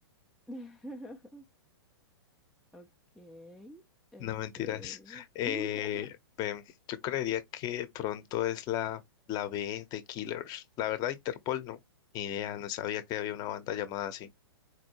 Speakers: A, in the centre; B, on the left.
A: <laughs> Ok, este...
B: No mentiras. Eh,
A: <laughs>
B: ven, yo creería que de pronto es la, la B de Killers. La verdad, Interpol no. Ni idea, no sabía que había una banda llamada así.